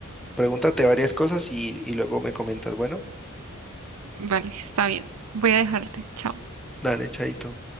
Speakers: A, in the centre; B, on the right.
A: Pregúntate varias cosas y, y luego me comentas. Bueno,
B: Vale, está bien. Voy a dejarte. Chao.
A: dale, chaito.